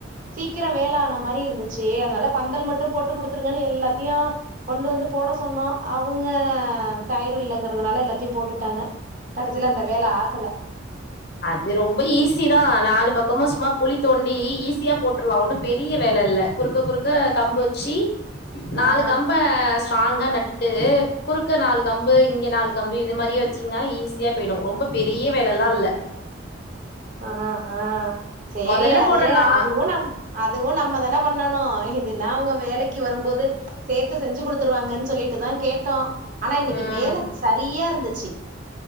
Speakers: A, on the right; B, on the left.
A: சீக்கிர வேல ஆன மாரி இருந்துச்சி அதனால பந்தல் மட் டு போட்டு குடுத்துருங்கன்னு எல்லாத்தையு கொண்டு வந்து போட சொன்னோ அவுங்க ஆ கயிறு இல்லங்கறதுனால எல்லாத்தையு போட்டுட்டாங்க கடசில அந்த வேல ஆகல
B: அது ரொம்ப ஈஸி தா நாலு பக்கமு சும்மா குழி தோண்டி ஈஸியா போட்ருலா ஒண்ணு பெரிய வேல இல்ல குறு க்க குறுக்க கம்பு வெச்சி நாலு
A: ஆ
B: கம்ப ஸ்ட்ராங்கா நட்டுட்டு குறுக்க நாலு கம்பு இங்க நாலு கம்பு இந்த மாரியே வெச்சீங்கன்னா ஈஸியா போய்டு ரொம்ப பெரிய வேலல்லா இல்ல
A: ஆ ஆ செரி
B: மொதல்ல
A: அது
B: போடுற நா
A: அதுவு நம் அதுவு நம்ம தான பண்ணணு இதுன்னா அவுங்க வேலைக்கு வரம்போது சேத்து செஞ்சு குடுத்துருவாங்கன் சொல்லிட்டுதா கேட்டோ ஆனா இன்னிக்கு
B: ம்
A: வேல சரியா இருந்துச்சி